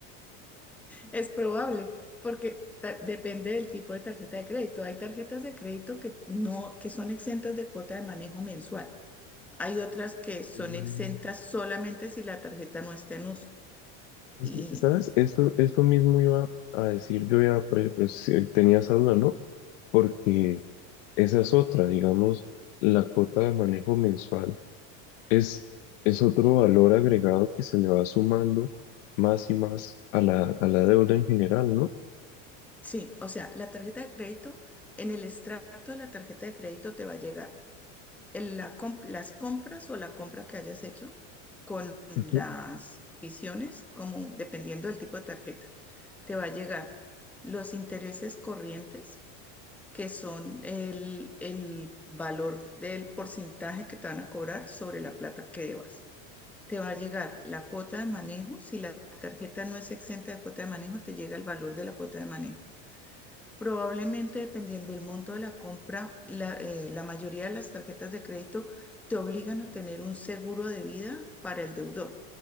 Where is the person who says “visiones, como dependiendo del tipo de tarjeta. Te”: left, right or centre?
Centre